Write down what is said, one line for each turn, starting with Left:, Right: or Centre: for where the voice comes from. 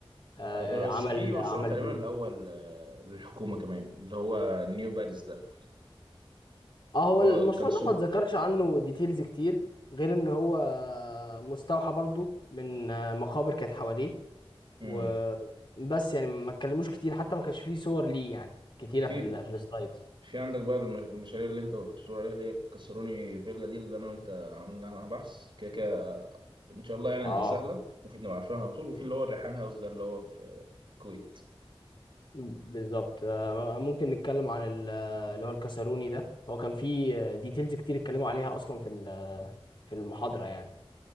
Left: آه
Right: أيوة،
Left: عمل
Right: بس في مشروع
Left: عمل
Right: تقريبا
Left: بيوت
Right: الاول آه، للحكومه كمان اللي هو نيو باريس ده
Left: اه هو
Right: اللي
Left: المشروع
Right: هو كان سوق
Left: ده ما اتذكرش عنه ديتيلز كتير غير ان هو مستوحى برضو من آه، مقابر كانت حواليه
Right: امم
Left: وبس يعني ما اتكلموش كتير حتى ما كانش فيه صور ليه يعني كتيرة
Right: في
Left: في ال... في السلايد
Right: في عندك بقى الم- المشاريع اللي انت كنت بتقول عليها اللي هي كسروني فيلا دي اللي انا وانت عاملينها بحث كده كده ان شاء الله يعني
Left: اه
Right: سهله المفروض نبقى عارفينها على طول وفي اللي هو الريحان هاوس ده اللي هو في في الكويت
Left: بالظبط آه، ممكن نتكلم عن ال- اللي هو الكاسروني ده هو كان فيه ديتيلز كتير اتكلموا عليها اصلا في ال- في المحاضرة يعني